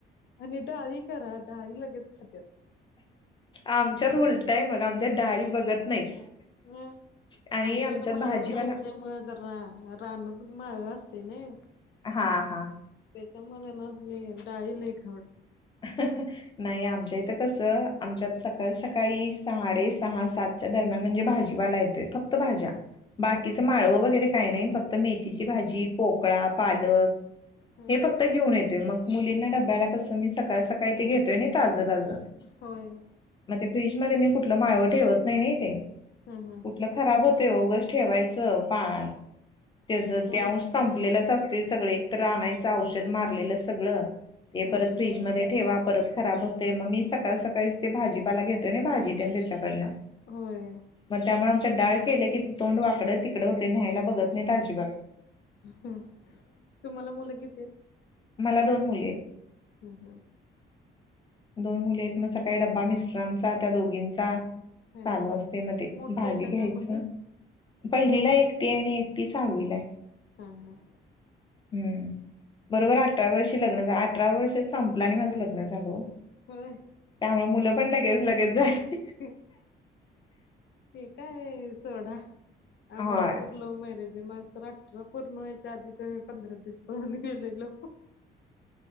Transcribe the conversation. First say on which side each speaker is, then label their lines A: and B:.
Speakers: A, on the left; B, on the left.
A: आणि डाळी करा डाळी लगेच खातात.
B: आमच्यात उलटय बघा आमच्यात डाळी बघत नाहीत.
A: हम्म
B: आणि
A: आमच्याहिकडं
B: आमच्यात
A: माळव
B: भाजीवाला
A: असल्यामुळ जरा रानात माळव असतय नी
B: हा हा.
A: त्याच्यामध्ये ना डाळी लय खाव वाटतात.
B: नाही
A: हम्म
B: आमच्या ई इथ कस आमच्यात सकाळी सकाळी साडे सहा सातच्या दरम्यान म्हणजे भाजीवाला येतोय. फक्त भाज्या. बाकीचं माळवं वगैरे काही नाही फक्त मेथीची भाजी, पोकळा, पालक.
A: हम्म
B: हे फक्त घेऊन येतोय मग मुलींना डब्याला कस मी सकाळ सकाळी ते घेतोय नी. ताज ताज
A: होय
B: मग ते फ्रीज मध्ये मी कुठलं माळव ठेवत नाही नी ते.
A: हम्म हम्म
B: कुठलं खराब होतंय ओ उगाच ठेवायचं पा त्याच
A: होयच
B: ते अंश संपलेलंच
A: की
B: असते सगळे. एकतर आणायचं औषध मारलेलं सगळ ते
A: मग
B: परत फ्रीज
A: काय
B: मधे
A: तर
B: ठेवा पर परत खराब होतय मग मी सकाळ सकाळीच ते भाजीपाला घेतोय आणि भाजीे तेन त्याच्याकडन.
A: होय.
B: मग त्यामुळे आमच्यात डाळ केले की तोंड वाकडं तिकडं होतय न्यायला बघत नाही अजिबात.
A: ह तुम्हाला मुलं किती आहेत?
B: मला दोन मुली आहेत.
A: हम् हम.
B: दोन मुली आहेत मग सकाळी डब्बा मिस्टरांचा त्या दोघींचा.
A: हम्म
B: चालू
A: हम्म
B: असतय मग ते
A: मोठ्या
B: भाजी
A: हायता
B: घ्यायचं.
A: काय मुली?
B: पहिलीला एकटी आहे आणि एकटी सहावीला हाय.
A: हम हम्म.
B: हम् बरोबर अठराव्या वर्षी लग्न झा अठराव वर्ष संपलं आणि माझं लग्न झालं ओ.
A: होज
B: त्यामुळ मुलं पण लगेच लगेच झाली.
A: हम्म होय का सोडा माझं
B: होय
A: तर लव्ह मॅरेज माझ तर अठरा पूर्ण व्हायच्या आधीचा आम्ही पंधरा दिवस पळून गेलेलो.